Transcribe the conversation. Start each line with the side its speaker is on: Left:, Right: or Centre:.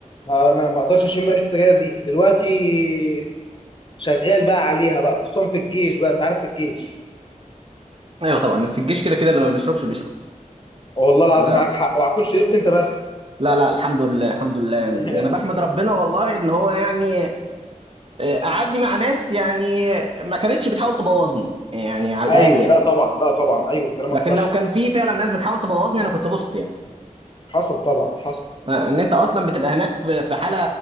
Left: ما ما ما اقدرش اشم ريحه السجاير دي دلوقتي شغال بقى عليها بقى خصوصا في الجيش بقى انت عارف في الجيش
Right: ايوه طبعا في الجيش كده كده اللي ما بيشربش بيشرب
Left: والله العظيم
Right: انا
Left: معاك حق وهتكون شربت انت بس
Right: لا لا الحمد لله الحمد لله يعني
Left: <laughs>
Right: انا بحمد ربنا والله ان هو يعني آه، قعدني مع ناس يعني ما كانتش بتحاول تبوظني يعني على الاقل
Left: ايوه
Right: يعني
Left: لا طبعا لا طبعا ايوه كلامك
Right: لكن
Left: صح
Right: لو كان في فعلا ناس بتحاول تبوظني انا كنت بوظت يعني
Left: حصل طبعا حصل
Right: آه، ان انت اصلا بتبقى هناك في في حاله